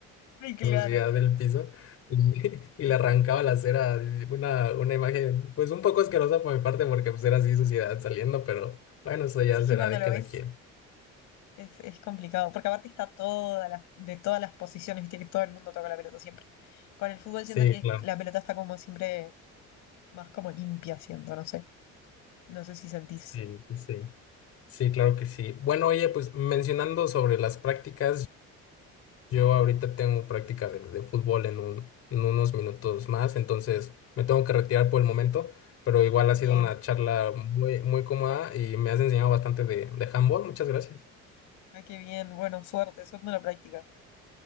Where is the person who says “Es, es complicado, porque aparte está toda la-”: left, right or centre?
Left